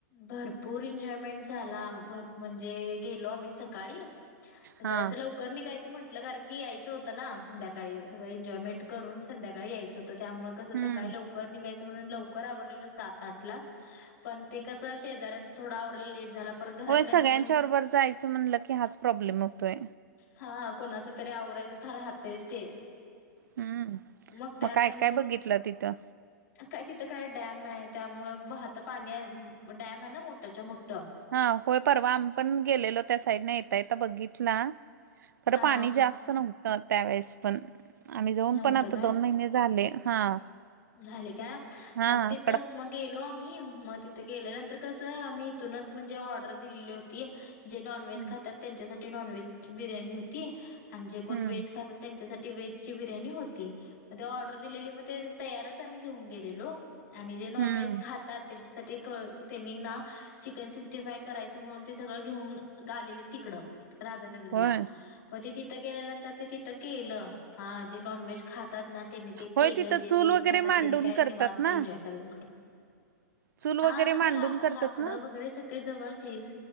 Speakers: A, on the left; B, on the right.
A: भरपूर एन्जॉयमेंट झाला, म्हणजे गेलो आम्ही सकाळी. <unintelligible> निघायं
B: हा.
A: म्हंटलं कारण की यायचं होतं ना संध्याकाळी सगळं, एन्जॉयमेंट करून संध्याकाळी यायचं होतं. त्यामुळे कसं
B: हम्म
A: सकाळी लवकर निघायचं म्हणून लवकर आवरलेलो सात आठलाच पण ते कसं शेजाऱ्याच थोडा आवरला लेट झाला. परत घरातल्यांचा
B: होय सगळ्यांच्या
A: पण
B: बरोबर जायचं म्हणलं की हाच प्रॉब्लेम होतोय.
A: हा कोणाच तरी आवरायच तर राहतेय ते.
B: हम्म.
A: मग त्यात
B: काय
A: आणि
B: काय
A: मग
B: बघितलं तिथं
A: काय तिथं काय डॅम आहे त्यामुळं वाहतं पाणी डॅम आहे ना मोठ्याच्या मोठ.
B: हा होय परवा आम्ही पण गेलेलो त्या साईडने यता येत बघितला. तर
A: हा
B: पाणी जास्त नव्हत. तर त्यावेेळेस पण आम्ही जाऊन
A: नव्हतं
B: पण आता दोन
A: काय
B: महिने झाले हा.
A: झाले का
B: हा
A: मग तिथंच
B: कडक
A: मग गेलो आम्ही मग तिथे गेल्या नंतर कसं, आम्ही इथूनच म्हणजे ऑर्डर दिलेली होती. जे नॉनव्हेज
B: हम्म
A: खातात त्यांच्यासाठी नॉनव्हेज बिर्याणी होती. आणि जे कोण
B: हम्म
A: व्हेज खातात त्यांच्यासाठी व्हेजची बिर्याणी होती, मग ते ऑर्डर दिलेली मग ते तयारच आम्ही घेऊन गेलेलो आणि जे नॉनव्हेज
B: हम्म
A: खाता ते साठी क त्यांनी ना चिकन सिक्स्टी फाय करायचं म्हणून ते सगळं घेऊन गालेले तिकडं. राधानगरला.
B: होय
A: म- ते तिथं गेल्यानंतर ते तिथं केलं हा जे नॉनव्हेज खातात ना त्यांनी ते
B: होय
A: केलं,
B: तिथं
A: जे
B: चूल
A: बीज
B: वगैरे
A: खातात
B: मांडून
A: त्यांनी काय
B: करतात
A: निवनत
B: ना
A: एन्जॉय करत बसले.
B: चूल वगैरे
A: हा सगळे
B: मांडून
A: ला
B: करतात
A: -लाकडं
B: ना
A: वगैरे सगळे जवळचेच.